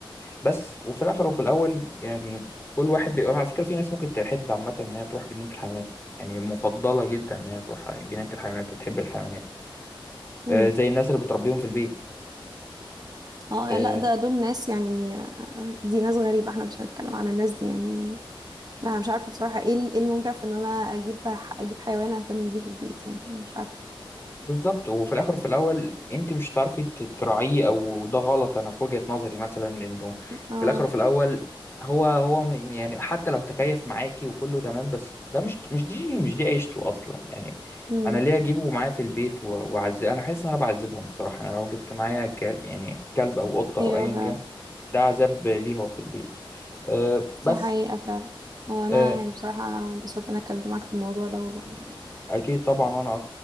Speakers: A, on the left; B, on the right.
A: بس وفي الاخر وفي الاول يعني كل واحد بيقول على فكره في ناس ممكن تحب عامه ان هي تروح جنينه الحيوانات يعني مفضله جدا ان هي تروح جنينه الحيوانات وتحب الحيوانات
B: مم.
A: آه زي الناس اللي بتربيهم في البيت
B: اه
A: آه،
B: لا ده دول ناس يعني آه، دي ناس غريبة احنا مش هنتكلم عن الناس دي يعني لا، انا مش عارفة بصراحة ايه ال- إيه الممتع في ان انا اجيب ح- اجيب حيوان اهتم بيه في البيت يعني مش عارفة
A: بالظبط وفي الاخر وفي الاول انت مش هتعرفي تراعيه او ده غلط انا في وجهة نظري مثلا انه
B: اه
A: في الاخر وفي الاول هو هو م- يعني حتى لو تكيف معاكي وكله تمام بس ده مش مش دي مش دي عيشته اصلا يعني
B: مم.
A: انا ليه اجيبه معايا في البيت و- واعذب انا حاسس ان انا بعذبهم الصراحه انا لو جبت معايا كلب يعني كلب او قطه او
B: ايوه
A: ايا
B: فعلا
A: كان ده عذاب ليه هو في البيت أه بس
B: دي حقيقة فعلا وانا
A: أه
B: يعني بصراحة انا انبسطت ان انا اتكلمت معاك في الموضوع ده والله
A: اكيد طبعا وانا